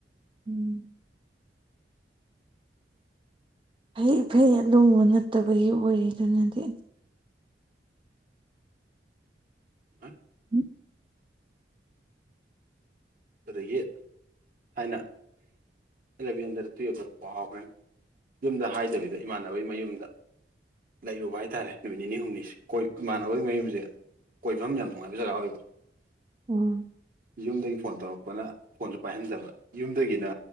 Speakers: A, on the right (about 30°); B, on the right (about 50°).
A: ꯎꯝ ꯐꯩ-ꯐꯩ ꯑꯗꯨꯨꯝꯕ ꯅꯠꯇꯕꯒꯤ ꯑꯣꯏꯔꯤ ꯗꯨꯅꯗꯤ꯫
B: <unintelligible>
A: <unintelligible>
B: ꯑꯗꯒꯤ ꯊꯥꯏꯅ ꯑꯦꯂꯚꯦꯟꯗꯔ ꯇꯨꯌꯦꯜꯐꯇꯔ ꯀꯥꯎꯈ꯭ꯔꯦꯅꯦ꯫ ꯌꯨꯝꯗ ꯍꯥꯏꯗꯕꯤꯗ ꯏꯃꯥꯟꯅꯕꯩ ꯃꯌꯨꯝꯗ ꯂꯩꯔꯨꯕ ꯍꯥꯏꯇꯥꯔꯦ ꯅꯨꯃꯤꯠ ꯅꯤꯅꯤ ꯍꯨꯝꯅꯤꯁꯤ꯫ ꯀꫭꯏ ꯏꯃꯥꯟꯅꯕꯒꯤ ꯃꯌꯨꯝꯁꯦ ꯀꯣꯏꯐꯝ ꯌꯥꯝ ꯅꯨꯡꯉꯥꯏꯕ ꯖꯒꯥ ꯑꯣꯏꯕ꯫
A: ꯑꯣ꯫
B: ꯌꯨꯝꯗꯒꯤ ꯐꯣꯟ ꯇꯧꯔꯛꯄꯅ ꯐꯣꯟꯖꯨ ꯄꯥꯏꯍꯟꯗꯕ ꯌꯨꯝꯗꯒꯤꯅ